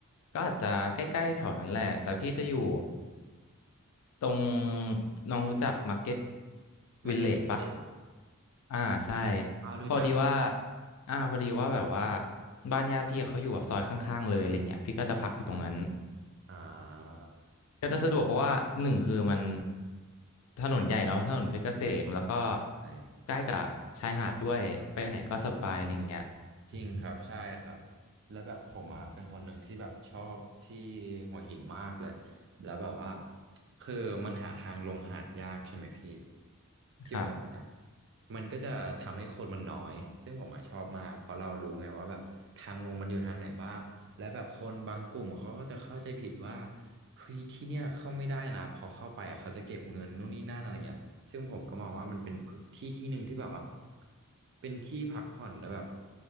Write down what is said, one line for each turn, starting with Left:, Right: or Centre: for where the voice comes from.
Left: ก็อาจจะใกล้ๆแถวนั้นแหละแต่พี่จะอยู่ ตรงน้องรู้จักมาร์เก็ต
Right: มาเก็ตดิเเก็นเหรอ
Left: วิลเลจปะอ่าใช่
Right: อ่ารู้จักครับ
Left: พอดีว่าอ่าพอดีว่าแบบว่าบ้านญาติพี่เขาอยู่แบบซอยข้างๆเลยอะไรเงี้ยพี่ก็จะพักอยู่ตรงนั้น
Right: อืมอ่า
Left: ก็จะสะดวกเพราะว่าหนึ่งคือมันถนนใหญ่เนาะถนนเพชรเกษมแล้วก็
Right: ใช่
Left: ใกล้กับชายหาดด้วยไปไหนก็สบายอะไรเงี้ย
Right: จริงครับใช่ครับแล้วแบบผมอ่ะเป็นคนหนึ่งที่แบบชอบที่หัวหินมากเลยแล้วแบบว่าคือมันหาทางลงหาดยากใช่ไหมพี่ที่หัวหินนะ
Left: ครับ
Right: มันก็จะทำให้คนมันน้อยซึ่งผมอ่ะชอบมากเพราะเรารู้ไงว่าแบบทางลงมันอยู่ทางไหนบ้างและแบบคนบางกลุ่มเขาก็จะเข้าใจผิดว่าเฮ้ยที่เนี่ยเข้าไม่ได้นะพอเข้าไปอะเขาจะเก็บเงินนู่นนี่นั่นอะไรเงี้ย ซึ่งผมก็มองว่ามันเป็นพื้นที่ที่หนึ่งที่แบบว่าเป็นที่พักผ่อนแล้วแบบ